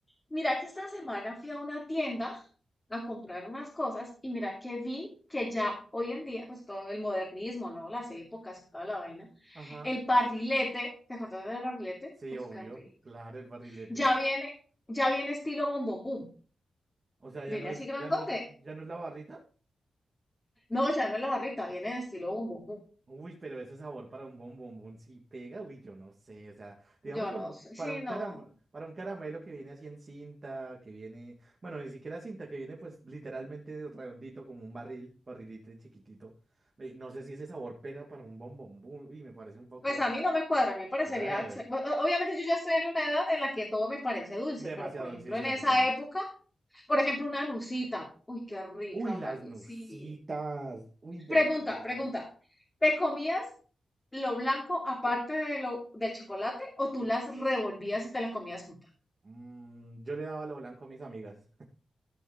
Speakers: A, on the left (about 15°); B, on the right (about 40°).
A: Mira que esta semana fui a una tienda a comprar unas cosas y mira que vi que ya hoy en día, pues todo el modernismo, ¿no? Las épocas y toda la vaina.
B: Ajá,
A: El barrilete, ¿te acordás del barrilete?
B: sí,
A: Uf,
B: obvio,
A: qué rico.
B: claro, el barrilete.
A: Ya viene, ya viene estilo bombombum.
B: O sea, ya
A: Viene
B: no es,
A: así grandote.
B: ya no, es- ya no es la barrita.
A: No, ya no es la barrita, viene de estilo bombombum.
B: Uy, pero ese sabor para un bombombón sí pega, uy, yo no sé, o sea, digamos
A: Yo
B: para
A: no
B: un,
A: sé,
B: para
A: sí,
B: un
A: no.
B: caram- para un caramelo que viene así en cinta, que viene, bueno, ni siquiera cinta, que viene pues literalmente redondito como un barril, barrilito chiquitito. eh, no sé si ese sabor pega para un bombombón, uy, me parece un poco
A: Pues a mí no me cuadra, a mí me parecería...
B: ah,
A: acce- o- o- Obviamente yo ya estoy en una edad en la que todo me parece dulce,
B: demasiado
A: pero por ejemplo
B: dulce, sí,
A: en
B: a
A: esa
B: mí también.
A: época Por ejemplo, una nucita. Uy, qué rica
B: Uy, las
A: una nucita.
B: nusitas, uy, verdad.
A: Pregunta, pregunta. ¿Te comías lo blanco aparte de lo del chocolate o tú las revolvías y te las comías juntas?
B: Mm, yo le daba lo blanco a mis amigas.